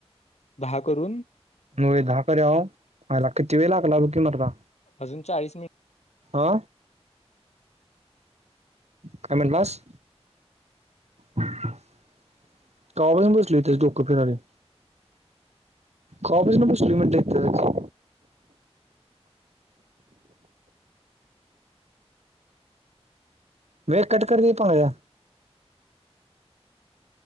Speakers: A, on the left (about 85°); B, on the right (about 80°).
A: दहा करून.
B: होय दहा कराव, आईला किती वेळ लागल बग की मर्दा.
A: अजून चाळीस मिनट
B: आ. काय मनलास? कवा पासून बसलोय त्याज डोकं फिरलंय. कवा पासून बसलोय म्हणलं इथंच. वेळ कट कर रे पव्या